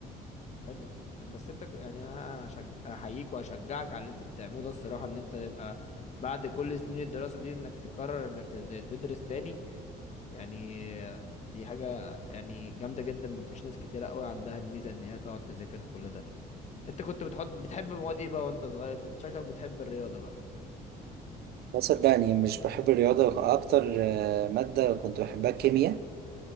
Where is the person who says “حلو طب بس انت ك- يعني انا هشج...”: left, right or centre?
Left